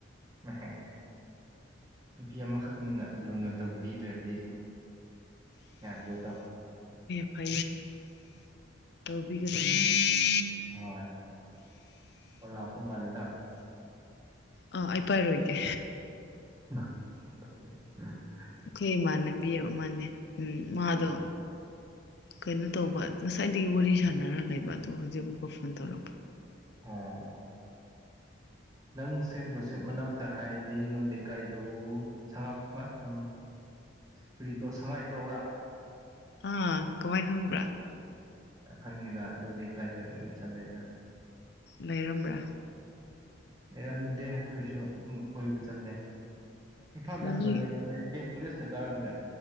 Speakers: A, on the right (about 20°); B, on the left (about 55°).
A: ꯑ ꯍ ꯅꯨꯄꯤ ꯑꯃꯈꯛꯅꯤꯅ ꯂꯨꯅ ꯇꯧꯕꯤꯗ꯭ꯔꯗꯤ ꯌꯥꯕꯨꯗ
B: ꯍꯥ ꯐ ꯇꯕꯤꯒꯗꯅꯤ
A: ꯍꯣꯏꯣꯏ ꯂꯥꯛꯄ ꯃꯥꯗꯨꯗ
B: ꯑ ꯑꯩ ꯄꯥꯏꯔꯣꯏꯒꯦ
A: <inaudible>
B: ꯈꯩ ꯃꯥꯅꯕꯤ ꯃꯥꯅꯤ ꯎ ꯎꯝ ꯃꯥꯗꯣ
A: ꯑ
B: ꯀꯩꯅꯣ ꯇꯧꯕ ꯉꯁꯥꯏꯗꯒꯤ ꯋꯥꯔꯤ ꯁꯥꯟꯅꯔ ꯂꯩꯕ ꯑꯗꯨ ꯍꯧꯖꯤꯛ ꯑꯃꯨꯛꯀ ꯐꯣꯟ ꯇꯧꯔꯛꯄ
A: ꯑꯥ ꯅꯪ ꯁꯦꯝꯦꯟ ꯖꯣꯁꯦꯞ ꯃꯅꯥꯛꯇ ꯍꯥꯏꯔꯗꯤ ꯅꯣꯏ ꯂꯩꯀꯥꯏꯗꯨ ꯁꯉꯥꯛꯄ ꯅ ꯀꯔꯤ ꯀꯣ ꯁꯉꯥꯏ ꯄ꯭ꯔꯧꯔꯥ
B: ꯑꯥ ꯀꯃꯥꯏꯅ ꯐꯪꯕ꯭ꯔꯥ
A: ꯈꯪꯉꯦꯗ ꯑꯗꯨ ꯂꯩꯀꯥꯏꯗ ꯑꯗꯨꯝ ꯆꯠꯂꯦꯗ
B: ꯂꯩꯔꯝꯕ꯭ꯔꯥ
A: ꯑꯦ ꯗꯦ ꯍ ꯇꯁꯨ ꯑꯗꯨꯝ ꯀꯕꯨ ꯆꯠꯗꯦ ꯏꯝꯐꯥꯜꯗꯍꯥꯟꯗ
B: ꯑꯗꯨ ꯅꯣꯏ
A: ꯂꯩ ꯁꯦ ꯇꯔꯝꯃꯦ